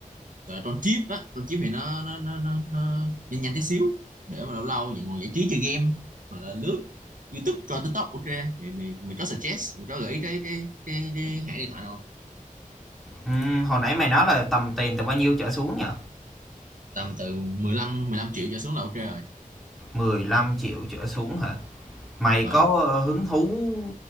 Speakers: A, on the right (about 65°); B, in the centre.
A: gọi là con chip á con chip thì nó nó nó nó, nó nhanh nhanh tí xíu để mà lâu lâu vậy ngồi giải trí chơi game hoặc là lướt YouTube coi TikTok ok mày mày mày có suggest mày có gợi ý cái cái cái, cái hãng điện thoại nào không
B: ừm, hồi nãy mày nói là tầm tiền từ bao nhiêu trở xuống nhỉ?
A: tầm từ 15 15 triệu trở xuống là ok rồi
B: 15 triệu trở xuống hả? Mày
A: ờ
B: có ờ, hứng thú